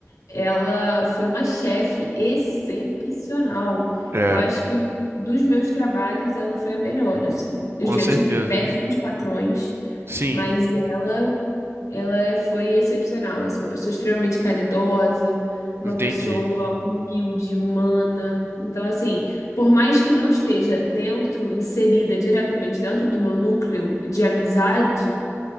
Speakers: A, on the left; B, on the right.
A: Ela foi uma chefe excepcional.
B: é,
A: Eu acho que dos meus trabalhos, ela foi a melhor, assim. Eu
B: com
A: já
B: certeza.
A: tive péssimos patrões,
B: Sim,
A: mas ela. Ela é- foi excepcional, assim, uma pessoa extremamente caridosa, uma
B: entendi.
A: pessoa humilde, humana. Então, assim, por mais que não esteja dentro, inserida diretamente dentro do meu núcleo de amizade,